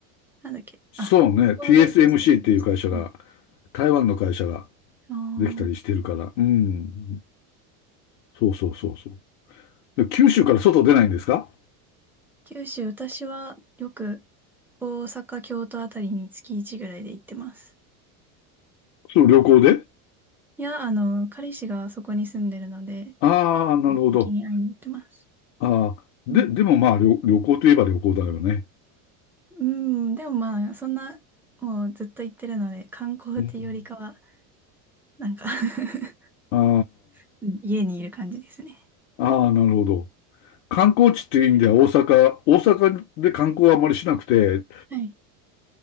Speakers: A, in the centre; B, on the left.
A: なんだっけ、
B: そうね。
A: あ、高校の同級生がやってました。
B: TSMC っていう会社が、
A: うん
B: 台湾の会社が
A: あ
B: できたりしてるから。
A: あ、
B: うん。そうそうそうそう。で九州から外出ないんですか
A: 九州、私はよく大阪、京都あたりに月1ぐらいで行ってます。
B: その旅行で
A: いや、あの、彼氏がそこに住んでるので、
B: ああー、なるほど。
A: 定期的に会いに行ってます。
B: ああ、で、
A: うん
B: でもまあ旅、旅行といえば旅行だよね。
A: うん、でもまあ、そんな、もうずっと行ってるので、観光っていうよりかは、
B: うん
A: なんか <laughs>
B: あ
A: うん家にいる感じですね。
B: あ、ああ、なるほど。観光地っていう意味では大阪、大阪で観光はあまりしなくて、
A: はい。